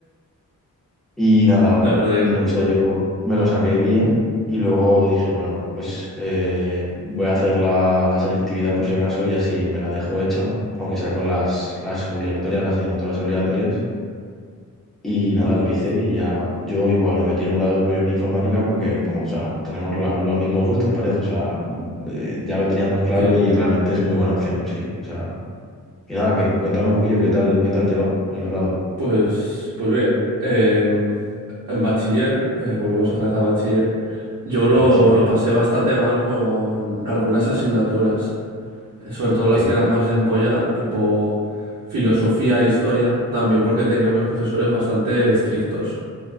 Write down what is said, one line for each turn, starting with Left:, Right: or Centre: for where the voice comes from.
Centre: Y nada,
Right: la verdad
Centre: no,
Right: que sí.
Centre: o sea, yo me lo saqué bien y luego dije, bueno, pues eh, voy a hacer la, la selectividad por si acaso y así me la dejo hecha, aunque sea con las, las obligatorias, las asignaturas obligatorias. Y nada,
Right: Ujú,
Centre: lo hice y ya yo igual me metí en un grado superior de informática porque como, o sea, tenemos la- los mismos gustos, parece. O sea, eh, ya lo teníamos claro
Right: Sí,
Centre: y realmente es muy buena opción, sí. O sea, Y nada, que, cuéntame un poquillo qué tal, qué tal te va el grado.
Right: pues, pues bien, em, en bachiller, eh, volvemos otra vez a bachiller. Yo lo,
Centre: Vale, sí,
Right: lo pasé bastante mal con algunas asignaturas. sobre todo las
Centre: sí,
Right: que eran más de empollar, tipo filosofía e historia, también porque tenía unos profesores bastante estrictos.